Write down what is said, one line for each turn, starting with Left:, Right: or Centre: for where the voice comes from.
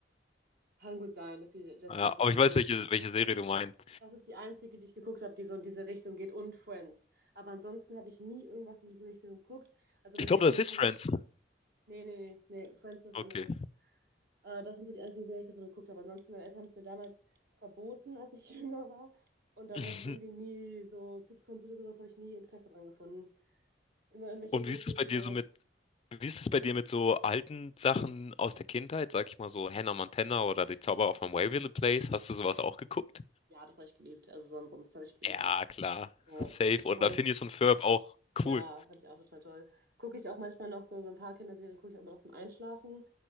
Right: kann gut sein, dass die Jessie
Left: Ja,
Right: heißt, die
Left: aber
Right: Serie.
Left: ich weiß, welche, welche Serie du meinst.
Right: Das ist die einzige, die ich geguckt habe, die so in diese Richtung geht und Friends. Aber ansonsten habe ich nie irgendwas in diese Richtung geguckt. Also
Left: Ich
Right: meine
Left: glaube,
Right: Eltern
Left: das
Right: haben
Left: ist
Right: es mir
Left: Friends.
Right: Nee, nee, nee, nee, Friends ist was
Left: Okay.
Right: anderes. Äh, das sind so die einzigen Serien, die ich davon geguckt habe. Ansonsten, meine Eltern haben es mir damals verboten, als ich <laughs> jünger war. Und dann
Left: Mhm.
Right: habe ich irgendwie nie so Sitcoms oder sowas, habe ich nie Interesse dran gefunden. Immer irgendwelche
Left: Und
Right: Dokus
Left: wie ist es bei
Right: oder.
Left: dir so mit wie ist es bei dir mit so alten Sachen aus der Kindheit, sage ich mal so Hannah Montana oder Die Zauberer von Waverly Place? Hast du sowas auch geguckt?
Right: Ja, das habe ich geliebt. Also Sonnenblumenbums habe ich geliebt.
Left: Ja, klar.
Right: Ja,
Left: Safe. Oder
Right: habe
Left: Phineas
Right: ich.
Left: und Ferb auch
Right: Ja,
Left: cool.
Right: fand ich auch total toll. Gucke ich auch manchmal noch so, so ein paar Kinderserien, gucke ich auch immer noch zum Einschlafen.